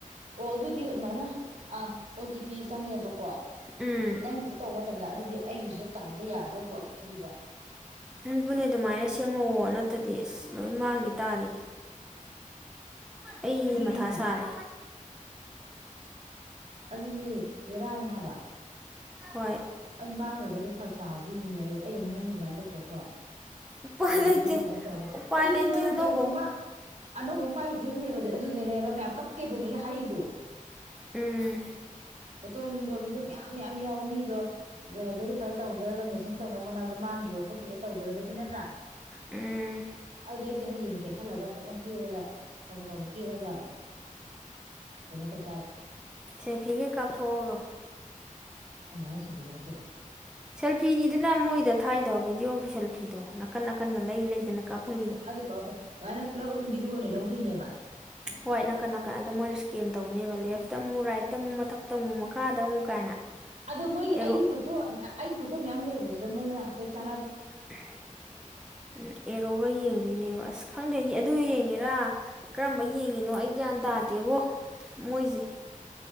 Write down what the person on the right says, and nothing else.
ꯑꯣ ꯑꯗꯨꯗꯤ ꯑꯗꯨꯃꯥꯏꯅ ꯑꯥ ꯑꯣ ꯇꯤ ꯄꯤ ꯆꯪꯉꯦꯕꯀꯣ
ꯅꯪꯒꯤꯗ ꯇꯧꯕ ꯃꯇꯝꯗ ꯑꯗꯨꯗꯤ ꯑꯩꯒꯤꯁꯦ ꯇꯥꯎꯍꯗ ꯌꯥꯔꯔꯣꯏꯕꯣ ꯑꯊꯨꯕꯤꯗ
ꯑꯗꯨꯅꯤꯅꯦ
ꯑꯗꯨꯗꯤ ꯕꯦꯔꯥꯅꯤ ꯍꯥꯏꯕ
ꯑꯩ ꯃꯥꯡꯈ꯭ꯔꯒꯗꯤ ꯐꯔꯛ ꯇꯥꯍꯧꯗꯣꯏꯅꯤꯅꯦ ꯑꯗ ꯑꯩ ꯑꯃꯨꯛ ꯅꯪꯒꯤ ꯑꯗꯨꯃꯅ ꯇꯧꯊꯣꯛꯈ꯭ꯔꯣ
ꯑꯗꯤꯒ
ꯄꯠꯇꯕꯣ
ꯑꯗꯨꯗꯤꯟꯅꯥꯡ
ꯀꯔꯀꯃ ꯑꯅꯧꯕ ꯑꯃ ꯄꯥꯏꯕ ꯐꯤꯕꯝꯅꯦꯕ ꯑꯗꯨꯗꯅꯦꯕ ꯃꯌꯥꯝ ꯀꯞꯀꯦꯗꯅꯤꯒ ꯍꯥꯏꯔꯛꯗꯨꯣ
ꯄꯇꯗꯣꯕꯤꯗꯣ ꯃꯌꯥꯝ ꯃꯌꯥꯝ ꯌꯥꯎꯋ ꯃꯤ ꯗꯣ ꯚꯦꯔꯤꯐꯥꯏ ꯇꯧꯗ꯭ꯔꯒ ꯃꯦꯆꯤꯟ ꯇꯧꯅꯕ ꯍꯣꯠꯅꯕꯗ ꯃꯥꯡꯈꯤꯕ ꯈꯣꯠꯈꯤꯕ ꯇꯧꯗ꯭ꯔꯒꯗꯤ ꯅꯠꯇ꯭ꯔꯥ
ꯑꯗꯨꯗꯣ ꯑꯩꯁꯦ ꯍꯌꯦꯡ ꯀꯦꯁꯜꯂꯒ ꯐꯖꯅ ꯀꯦꯔꯒ ꯑꯃꯕꯛ ꯀꯕꯛ ꯀꯦꯔꯒ ꯀꯩꯅꯣ ꯇꯧ ꯇꯔꯦ
ꯀꯃꯥꯏ ꯁꯦꯜꯐꯤ ꯀꯥꯞ <unintelligible>
<unintelligible> ꯄꯨꯂꯕ ꯑꯗꯨꯝ ꯕꯤ ꯑꯗꯨ ꯑꯣꯏꯅ ꯂꯧꯗꯣꯏꯅꯦꯕ꯫
ꯑꯗꯣ ꯃꯣꯏꯒꯤ
ꯑꯩꯒꯤ ꯐꯣꯇꯣ ꯑꯩꯒꯤ ꯐꯣꯇꯣ ꯃꯌꯥꯝ ꯂꯩꯕꯗꯨ ꯃꯣꯏꯅ ꯍꯥꯏꯐꯦꯠ ꯆꯥꯝ